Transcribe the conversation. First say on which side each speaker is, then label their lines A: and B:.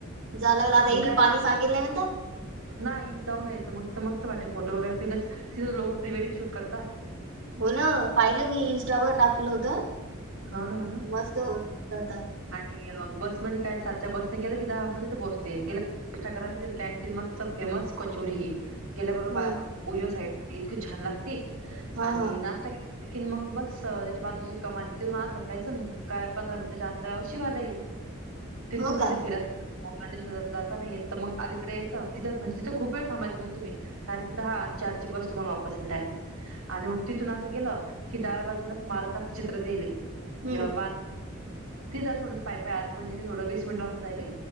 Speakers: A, on the right; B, on the right.
A: जावं लागलं आता
B: आणि काय
A: पाणी सांगेलंय न
B: नाही जाऊ यायचं मग तिथं मस्त वाटे फोटो वगैरे ति तिथं लोकं प्री वेडिंग शूट करतात.
A: हो ना पाहिलं मी इंस्टावर टाकलं होत
B: हो ना हो ना
A: मस्त होत ते
B: आणि बस मध्ये काय सातच्या बसने गेलं की दहा वाजता तिथे पोहोचते गेलं कि नाष्टा करा तिथं कॅन्टीन मस्त फेमस कचोरीय गेल्याबरोबर
A: ह
B: बा उजव्या साईड इतकी छान लागते
A: हा
B: आणि
A: हा
B: नाश्ता किन मग बस त्याच्या बाजूची कमानी तिथून आत धाकायचं काय पंधरा मिनिटच्या अंतरा रावर शिवालय
A: हो
B: तू तिथे
A: का
B: फिरायला मलांडेश्वराता जाता नाय येत तर मग अलीकडे याचं तिथं मग खूप वेळ थांबायचं मग तुम्ही कारण की दहा चारची बस तुम्हाला वापस येईल डायरेक्ट आणि मग तिथून असं गेलं की डाव्या बाजूला स्मारकाच चित्र दियेलय
A: हम्म
B: ज्हा तिच थोडस पायीपायी आत मधी तिेथं थोडं वीस मिनिट लागत जाईल